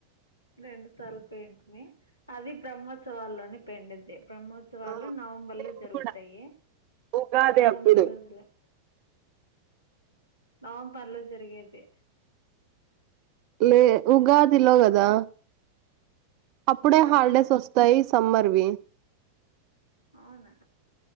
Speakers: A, on the left; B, on the right.
A: రెండు సార్లు పోయింటిమి అది బ బ్రహ్మోత్సవాల్లో పోయింటిమి బ్రహ్మోత్సవాలు
B: ఆ
A: నవంబర్
B: నేను
A: లో జరుగుతాయి
B: కూడా ఉగాది
A: తొమ్మిది
B: అప్పుడు
A: రోజులు ఆ నవంబర్లో జరిగేది
B: లే ఉగాది లో కదా అప్పుడే
A: బ్రహ్మోత్సవం
B: హాలిడేస్ వస్తాయి సమ్మర్వి
A: అవునా